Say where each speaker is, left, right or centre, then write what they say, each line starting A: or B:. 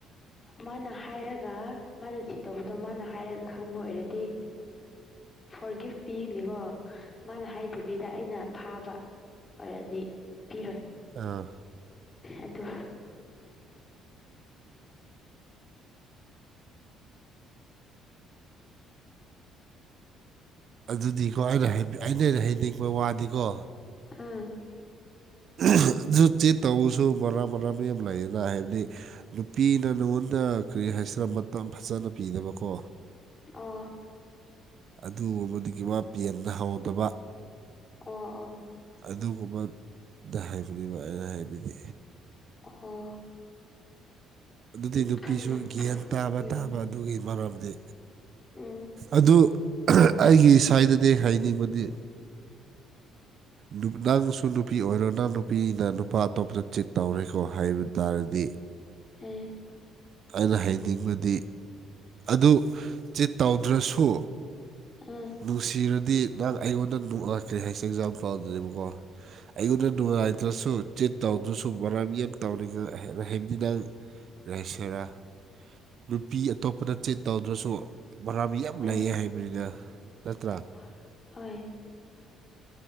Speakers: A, on the left (about 25°); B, on the right (about 55°).
A: ꯃꯥꯅ ꯍꯥꯏꯔꯒ ꯃꯥꯅ ꯆꯤꯠ ꯇꯧꯕꯗꯣ ꯃꯥꯅ ꯍꯥꯏꯔꯒ ꯈꯪꯕ ꯑꯣꯏꯔꯗꯤ ꯐꯣꯔꯒꯤꯐ ꯄꯤꯅꯤꯀꯣ ꯃꯥꯅ ꯍꯥꯏꯗꯕꯤꯗ ꯑꯩꯅ ꯐꯥꯕ ꯑꯣꯏꯔꯗꯤ ꯄꯤꯔꯣꯏ
B: ꯑꯥ
A: ꯑꯗꯨ
B: ꯑꯗꯨꯗꯤꯀꯣ ꯑꯩꯅ ꯍꯥꯏꯅꯤ ꯑꯩꯅ ꯍꯥꯏꯅꯤꯡꯕ ꯋꯥꯗꯤꯀꯣ
A: ꯎꯝ
B: ꯑꯗꯨꯗꯤ ꯇꯧꯁꯨ ꯕꯣꯔꯕꯣꯔꯕꯤ ꯌꯥꯝ ꯂꯩꯌꯦꯅ ꯍꯥꯏꯕꯗꯤ ꯅꯨꯄꯤꯅ ꯅꯉꯣꯟꯗ ꯀꯔꯤ ꯍꯥꯏꯁꯤꯔ ꯃꯇꯝ ꯐꯖꯅ ꯄꯤꯗꯕꯀꯣ
A: ꯑꯥ
B: ꯑꯗꯨꯒꯨꯝꯕꯗꯒꯤ ꯃꯥ ꯄꯦꯟꯅ ꯍꯧꯗꯕ
A: ꯑꯣ ꯑꯣ
B: ꯑꯗꯨꯒꯨꯝꯕꯗ ꯍꯥꯏꯕꯅꯦꯕ ꯑꯩꯅ ꯍꯥꯏꯕꯗꯤ
A: ꯑꯣꯍꯣ
B: ꯑꯗꯨꯗꯤ ꯅꯨꯄꯤꯁꯨ
A: ꯈꯪꯗꯦꯗ
B: ꯒꯦꯟ ꯇꯥꯕ
A: ꯎꯝ
B: ꯇꯥꯕ ꯑꯗꯨꯒꯤ ꯃꯔꯝꯗꯤ
A: ꯎꯝ
B: ꯑꯗꯨ ꯑꯩꯒꯤ ꯁꯥꯏꯗꯗꯤ ꯍꯥꯏꯅꯤꯡꯕꯗꯤ
A: <inaudible>
B: ꯅꯨꯞ ꯅꯪꯁꯨ ꯅꯨꯄꯤ ꯑꯣꯏꯔꯣ ꯅꯪ ꯅꯨꯄꯤꯅ ꯅꯨꯄꯥ ꯑꯇꯣꯞꯄꯗ ꯆꯤꯠ ꯇꯧꯔꯦꯀꯣ ꯍꯥꯏꯕ ꯇꯥꯔꯗꯤ
A: ꯑꯦ
B: ꯑꯅ ꯍꯥꯏꯅꯤꯡꯕꯗꯤ ꯑꯗꯨ ꯆꯤꯠ ꯇꯧꯗ꯭ꯔꯁꯨ
A: ꯑꯥ
B: ꯅꯨꯡꯁꯤꯔꯗꯤ ꯅꯪ ꯑꯩꯉꯣꯟꯗ ꯅꯨꯡꯑꯥ ꯀꯩ ꯍꯥꯏꯁꯦ ꯖꯥꯝꯄꯜꯗꯦꯕꯀꯣ ꯑꯩꯉꯣꯟꯗ ꯅꯨꯉꯥꯏꯇ꯭ꯔꯁꯨ ꯆꯤꯠ ꯇꯧꯗ꯭ꯔꯁꯨ <unintelligible> ꯍꯥꯏꯕꯗꯤ ꯅꯪ ꯔꯩꯁꯦꯔꯥ ꯅꯨꯄꯤ ꯑꯇꯣꯞꯄꯗ ꯆꯤꯠ ꯇꯧꯗ꯭ꯔꯁꯨ ꯃꯔꯥꯕꯤ ꯌꯥꯝ
A: ꯑꯥ
B: ꯂꯩꯌꯦ ꯍꯥꯏ ꯃꯤꯗ ꯅꯠꯇ꯭ꯔꯥ
A: ꯑꯥ ꯍꯣꯏ